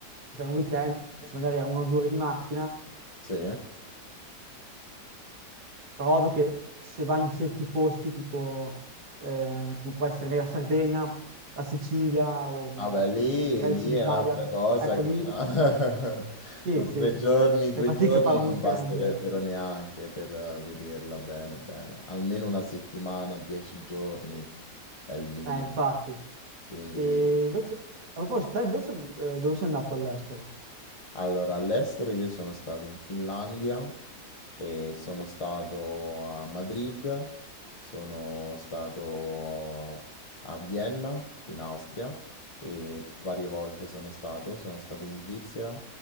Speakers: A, on the right; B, on the left.
A: ti fai un weekend, magari a una o due ore di macchina,
B: sì
A: Però ovvio che se vai in certi posti, tipo eh, come può essere la Sardegna, la Sicilia o mm,
B: Vabbè, lì,
A: su- magari il
B: lì
A: Sud Italia,
B: è un'altra cosa
A: ecco
B: che
A: lì
B: <laughs>
A: sì,
B: no?
A: sì,
B: Tre giorni,
A: fai
B: due
A: fatica
B: giorni
A: a fare un
B: non
A: weekend,
B: basterebbero neanche per eh, vederla bene, bene. Almeno una settimana, dieci giorni è il minimo.
A: eh, infatti.
B: Quindi.
A: E invece, a proposito, te invece eh, dove sei andato all'estero?
B: Allora, all'estero io sono stato in Finlandia e sono stato a Madrid, sono stato a Vienna, in Austria, e varie volte sono stato, sono stato in Svizzera